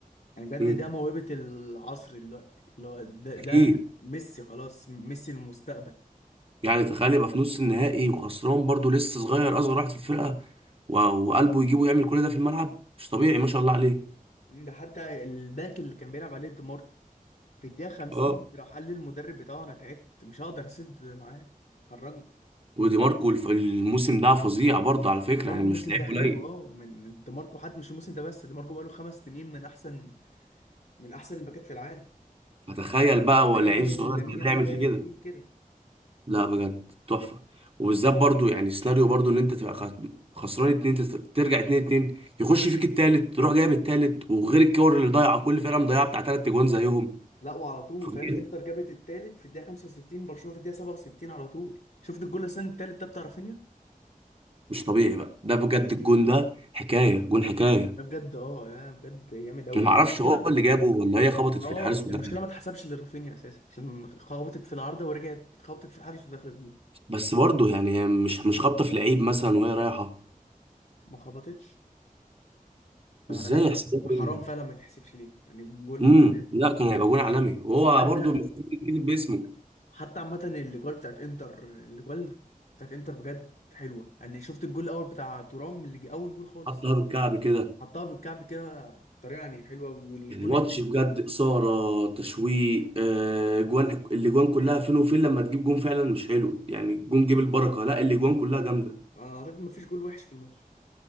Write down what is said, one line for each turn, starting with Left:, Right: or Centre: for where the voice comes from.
Left: يعني بجد
Right: امم
Left: ده موهبه العصر دلوقتي اللي هو ده ده
Right: اكيد
Left: ميسي خلاص ميسي المستقبل
Right: يعني تخيل يبقى في نص النهائي وخسران برضو لسه صغير اصغر واحد في الفرقه و- وقلبه يجيبه يعمل كل ده في الملعب مش طبيعي ما شاء الله عليه
Left: مم، ده حتى الباك اللي كان بيلعب عليه دي ماركو في الدقيقة 50
Right: اه
Left: راح قال للمدرب بتاعه أنا تعبت مش هقدر أسد معاه خرجني
Right: ودي ماركو الف- الموسم ده فظيع برضو على فكره
Left: دي ماركو
Right: يعني مش
Left: الموسم
Right: لعيب
Left: ده حلو
Right: قليل
Left: اه من دي ماركو حتى مش الموسم ده بس دي ماركو بقاله خمس سنين من أحسن من أحسن الباكات في العالم
Right: فتخيل بقى هو
Left: ده اللي
Right: لعيب
Left: يعمل
Right: صغير
Left: لامين
Right: زي
Left: يامال
Right: ده يعمل
Left: ده
Right: فيه
Left: يعمل
Right: كده
Left: فيه كده
Right: لا بجد تحفة وبالذات برضو يعني سيناريو برضو ان انت تبقى خ- خسران اتنين تت- ترجع اتنين اتنين يخش فيك التالت تروح جايب التالت وغير الكور اللي ضايعة كل فرقة مضيعة بتاع تلات جوان زيهم
Left: لا وعلى طول
Right: فظيع
Left: فاهم انتر جابت التالت في الدقيقة 65 برشلونة في الدقيقة 67 على طول شفت الجول السنة التالت ده بتاع رافينيا
Right: مش طبيعي بقى ده بجد الجون ده حكاية جون حكاية
Left: ده بجد اه ده بجد جامد أوي
Right: ما
Left: المشكلة
Right: اعرفش هو اللي جابه ولا هي خبطت
Left: ما
Right: في
Left: هو
Right: الحارس ودخلت
Left: المشكله ما اتحسبش لرافينيا اساسا عشان خبطت في العارضه ورجعت اتخبطت في الحارس ودخلت جول
Right: بس برضو يعني هي مش مش خابطة في لعيب مثلا وهي رايحة
Left: ما خبطتش فلا
Right: ازاي
Left: بس
Right: يحسبها
Left: حرام فعلا ما تحسبش ليه يعني جول
Right: امم
Left: على
Right: لا كان هيبقى جون عالمي وهو
Left: وحتى
Right: برضو المفروض يتكتب باسمه
Left: حتى عامه الاجوال بتاعت انتر الاجوال بتاعت انتر بجد حلوه يعني شفت الجول الاول بتاع تورام اللي جه اول جول خالص
Right: حطها بالكعب كده
Left: حطها بالكعب كده بطريقه يعني حلوه والجول
Right: يعني ماتش
Left: التاني
Right: بجد إثارة تشويق آه جوان الأجوان كلها فين وفين لما تجيب جون فعلا مش حلو يعني جون جيب البركة لا الأجوان كلها جامدة
Left: اعتقد ما فيش جول وحش في الماتش